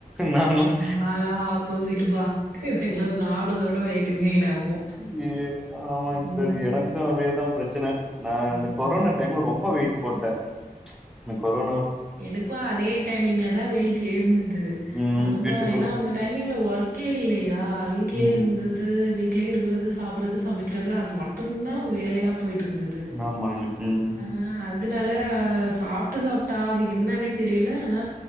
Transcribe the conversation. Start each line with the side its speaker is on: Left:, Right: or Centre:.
Centre: நான்லாம்
Right: நாலா ஆப்போசிட் பா எனக்கல்லாம் சாப்பறத விட வெயிட்டு கெயின் ஆகு
Centre: யே ஆமாங்க சிஸ்டர்
Right: ம்
Centre: எனக் கும் அதேதா பிரச்சனை நான் இந்த
Right: ம்
Centre: கொரோனா டைம் ரொம்ப வெயிட் போட்டே இந்த கொரோ
Right: எனக்கும் அதே டைமிங்ல தா வெயிட் ஏறனது
Centre: ம்
Right: அதுக்கப்புற
Centre: வீட்டுக்குள்ள
Right: ஏன்னா அந்த டைமிங்ல ஒர்க்கே இல்லையா வீட்லயே
Centre: ம்
Right: இருந்து து வீட்லயே இருக்கிறது சாப்பறது சமைக்கிறது அது மட்டுந்தா வேலையா போய்ட்டு இருந்தது
Centre: ஆமாங்க. ம்.
Right: ஆ அதுனால ஆஹ் சாப்ட்டு சாப்ட்டா அது என்னானே தெரியல ஆனா